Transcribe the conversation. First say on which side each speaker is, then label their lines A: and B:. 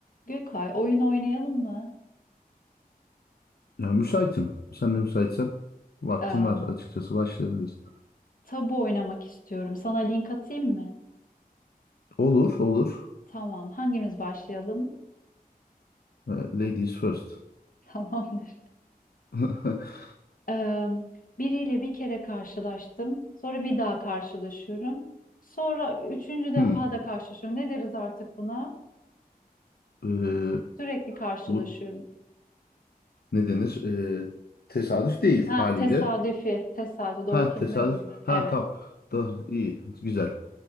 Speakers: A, on the left; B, on the left.
A: Gökay, oyun oynayalım mı?
B: Ya, müsaitim. Sen de müsaitsen vaktim
A: Ee,
B: var açıkçası başlayabiliriz.
A: tabu oynamak istiyorum. Sana link atayım mı?
B: Olur, olur.
A: Tamam. Hangimiz başlayalım?
B: Ee, Ladies first.
A: <laughs> Tamamdır.
B: <laughs>
A: Ee, biriyle bir kere karşılaştım. Sonra bir daha karşılaşıyorum. Sonra üçüncü defa
B: Hmm.
A: da karşılaşıyorum. Ne deriz artık buna?
B: ee,
A: Sürekli karşılaşıyorum.
B: bu ne denir? Ee, tesadüf değil
A: Ah,
B: haliyle.
A: tesadüfi. Tesadüf. Doğru
B: Ha
A: kelime
B: tesadüf.
A: buydu.
B: Ha
A: Evet.
B: tam. Da, iyi, güzel.